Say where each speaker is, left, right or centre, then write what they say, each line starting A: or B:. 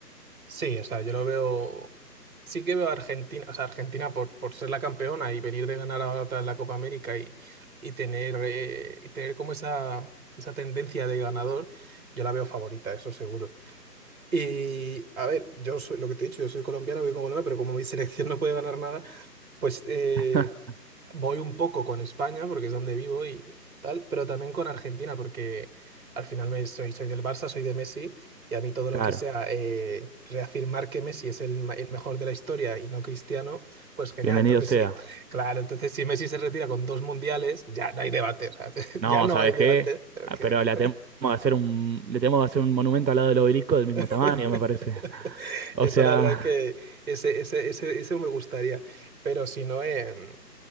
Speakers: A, on the right (about 55°); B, on the right (about 85°).
A: Sí, o sea, yo lo veo. Sí que veo a Argentina, o sea, Argentina por, por ser la campeona y venir de ganar ahora otra vez la Copa América y, y tener, eh, y tener como esa, esa tendencia de ganador, yo la veo favorita, eso seguro. Y a ver, yo soy lo que te he dicho, yo soy colombiano, voy con Colombia, pero como mi <laughs> selección no puede ganar nada, Pues eh,
B: <laughs>
A: voy un poco con España, porque es donde vivo y tal, pero también con Argentina, porque al final me, soy, soy del Barça, soy de Messi, y a mí todo lo
B: Claro,
A: que sea eh, reafirmar que Messi es el, ma- el mejor de la historia y no Cristiano, pues genial.
B: bienvenido
A: Entonces
B: sea.
A: sí, <laughs> claro, entonces si Messi se retira con dos mundiales, ya no hay debate, o sea, <laughs>
B: No,
A: ya no
B: ¿sabes
A: hay debate,
B: qué?
A: pero
B: Ah,
A: que...
B: Pero le tenemos que hacer un, le tenemos que hacer un monumento al lado del obelisco del mismo
A: <laughs>
B: tamaño, me parece. O
A: Eso
B: sea,
A: la verdad que ese, ese, ese, ese me gustaría, pero si no... Eh,